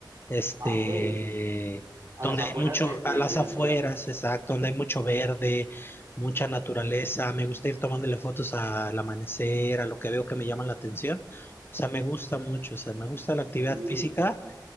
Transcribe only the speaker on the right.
Ah, ok. A
las afueras
de, de,
de
la ciudad.
Uy,